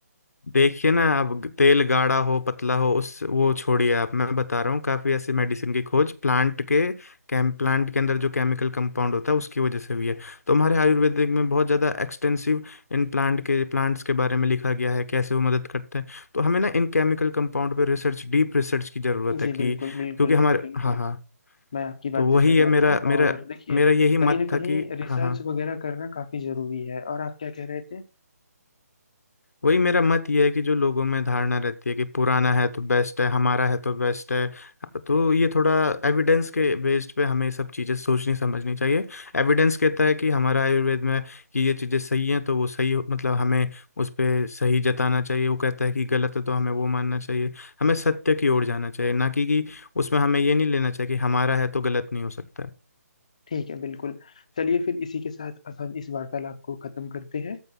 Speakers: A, on the left (about 65°); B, on the left (about 25°).
A: देखिए ना अब तेल गाढ़ा हो पतला हो उस वो छोड़िए आप मैं बता रहा हूँ काफ़ी ऐसी मेडिसिन की खोज प्लांट के कैम प्लांट के अंदर जो केमिकल कंपाउंड होता है उसकी वजह से हुई है तो हमारे आयुर्वेदिक में बहुत ज़्यादा एक्सटेंसिव इन प्लांट के प्लांट्स के बारे में लिखा गया है कैसे वो मदद करते हैं तो हमें ना इन केमिकल कंपाउंड पे रिसर्च डीप रिसर्च की ज़रूरत है
B: जी
A: कि
B: बिल्कुल बिल्कुल
A: क्योंकि हमारे
B: बिल्कुल
A: हाँ हाँ
B: मैं आपकी
A: तो
B: बात
A: वही
B: से सहमत
A: है मेरा
B: हूँ
A: मेरा
B: और देखिए
A: मेरा यही मत
B: कहीं ना
A: था
B: कहीं
A: कि
B: रिसर्च
A: हाँ हाँ
B: वगैरह करना काफी जरूरी है और आप क्या कह रहे थे
A: वही मेरा मत ये है कि जो लोगों में धारणा रहती है कि पुराना है तो बेस्ट है हमारा है तो बेस्ट है तो ये थोड़ा एविडेंस के बेस्ड पे हमें सब चीज़ें सोचनी समझनी चाहिए एविडेंस कहता है कि हमारा आयुर्वेद में कि ये चीज़ें सही हैं तो वो सही हो- मतलब हमें उस पे सही जताना चाहिए वो कहता है कि गलत है तो हमें वो मानना चाहिए हमें सत्य की ओर जाना चाहिए ना कि, कि उसमें हमें ये नहीं लेना चाहिए कि हमारा है तो गलत नहीं हो सकता है
B: ठीक है बिल्कुल चलिए फिर इसी के साथ अब हम इस वार्तालाप को खत्म करते हैं